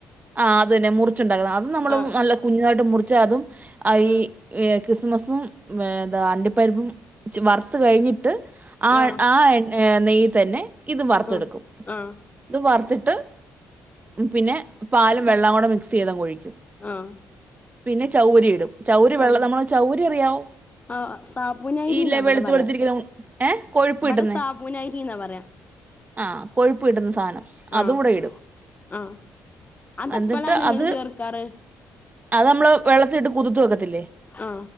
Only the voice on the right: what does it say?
ആഹ് അത് തന്നെ മുറിച്ചുണ്ടാക്കുന്നത് അതും നമ്മള്
നല്ല കുഞ്ഞുതായിട്ട് മുറിച്ച് അതും അയീ
ഈ കിസ്മസും എന്താ അണ്ടിപ്പരിപ്പും വറുത്ത് കഴിഞ്ഞിട്ട് ആ
ആ എ നെയ്യ് തന്നെ ഇത് വർത്തെടുക്കും
ഇത് വർത്തിട്ട് ഉം പിന്നെ പാലും
വെള്ളം കൂടെ മിക്സ് ചെയ്ത് അങ്ങ് ഒഴിക്കും
പിന്നെ ചൗവ്വരി ഇടും ചൗവ്വരി വെള്ളം
നമ്മള ചൗവ്വരി അറിയാവോ?
ഇല്ല
വെളുത്ത
വെളുത്തിരിക്കുന്ന ഏഹ് കൊഴുപ്പ്
കിട്ടുന്നേ
ആ കൊഴുപ്പ് കിട്ടുന്ന സാധനം അതും
കൂടെ ഇടും
എന്നിട്ട്
അത്
അത് നമ്മള് വെള്ളത്തിൽ ഇട്ട് കുതുത്തു വെക്കത്തില്ലേ